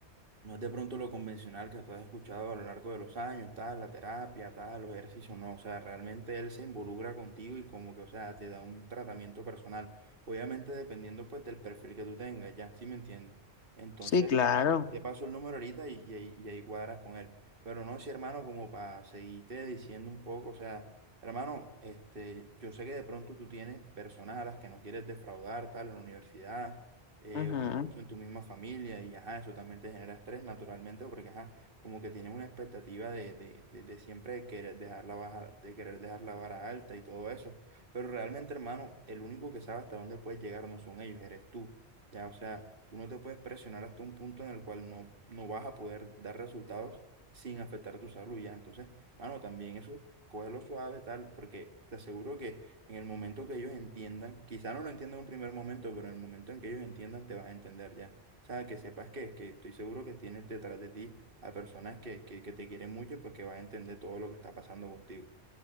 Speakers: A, on the right; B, on the left.
A: No es de pronto lo convencional que tú has escuchado a lo largo de los años, tal, la terapia, tal, los ejercicios, no, o sea, realmente él se involucra contigo y como que, o sea, te da un tratamiento personal, obviamente dependiendo pues del perfil que tú tengas, ya, ¿sí me entiendes? Entonces,
B: Sí, claro.
A: yo te paso el número ahorita y, y ahí y ahí cuadras con él. Pero no, sí, hermano, como para seguirte diciendo un poco, o sea, hermano, este, yo sé que de pronto tú tienes personas a las que no quieres defraudar, tal, en la universidad eh,
B: Ujú.
A: o incluso en tu misma familia, y ajá, eso también te genera estrés naturalmente, porque ajá, como que tienes una expectativa de, de, de, de siempre querer dejar la baja, de querer dejar la vara alta y todo eso, pero realmente, hermano, el único que sabe hasta dónde puedes llegar no son ellos, eres tú, ya, o sea, tú no te puedes presionar hasta un punto en el cual no, no vas a poder dar resultados sin afectar tu salud, ya, entonces, mano, también eso, cógelo suave, tal, porque te aseguro que en el momento que ellos entiendan, quizá no lo entiendan en un primer momento, pero en el momento en que ellos entiendan te vas a entender ya. O sea, que sepas que, que estoy seguro que tienes detrás de ti a personas que, que, que te quieren mucho y pues que vas a entender todo lo que está pasando contigo.